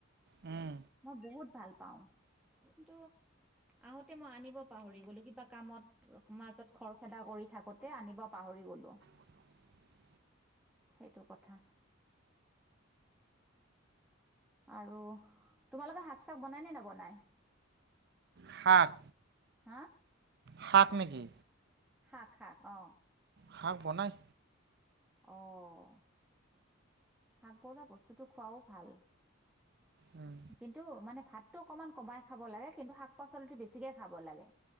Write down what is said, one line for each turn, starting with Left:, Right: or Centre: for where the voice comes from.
Right: উম
Centre: মই বহুত ভাল পাওঁ। কিন্তু আহোতে মই আনিব পাহৰি গ'লো কিবা কামত মাজত খৰ খেদা কৰি থাকোতে আনিব পাহৰি গ'লো।
Right: <inaudible>
Centre: সেইটো কথা। আৰু তোমালোকে শাক চাক বনায় নে নবনায়?
Right: শাক?
Centre: হা?
Right: শাক নেকি?
Centre: শাক শাক অ
Right: শাক বনায়।
Centre: অঁ শাক বলা বস্তুটো খোৱাও ভাল
Right: উম
Centre: কিন্তু মানে ভাতটো অকমান কমাই খাব লাগে কিন্তু শাক পাচলিটো বেছিকৈ খাব লাগে।